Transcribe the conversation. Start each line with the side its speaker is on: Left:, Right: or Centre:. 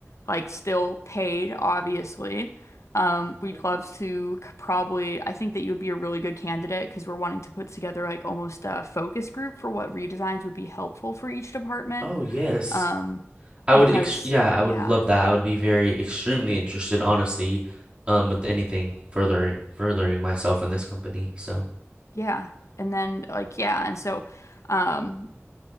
Left: like still paid, obviously, um, we'd
Right: <laughs>
Left: love to c- probably, I think that you would be a really good candidate because we're wanting to put together like almost a focus group for what redesigns would be helpful for each department.
Right: Oh yes.
Left: Um,
Right: I
Left: because
Right: would ex yeah, I
Left: yeah,
Right: would love that. I would be very extremely interested, honestly, um, with anything further furthering myself in this company. So
Left: yeah. And then like, yeah. And so, um,